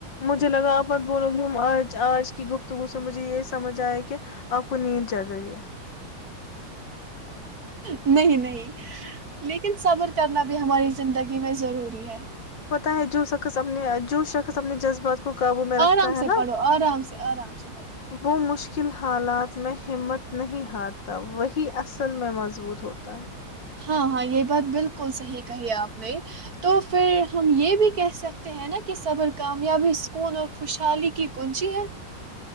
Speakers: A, on the left (about 60°); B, on the right (about 45°).
A: مجھے لگا آپ بت بولو گے ت آج آج کی گفتگو سے مجھے یہ سمجھ آیا کہ آپ کو نیند چل رہی ہے
B: نہیں نہیں لیکن صبر کرنا بھی ہماری زندگی میں ضروری ہے
A: پتہ ہے جو شخص اپنے جو شخص اپنے جذبات کو قابو میں رکھتا
B: آرام
A: ہے
B: سے
A: نا
B: پڑھو آرام سے آرام سے پڑھو
A: وہ مشکل حالات میں ہمت نہیں ہارتا وہی اصل میں مضبوط ہوتا ہے
B: ہاں ہاں یہ بات بالکل صحیح کہی آپ نے تو پھر ہم یہ بھی کہہ سکتے ہیں نا کہ صبر کامیابی سکون اور خوشحالی کی کونچی ہے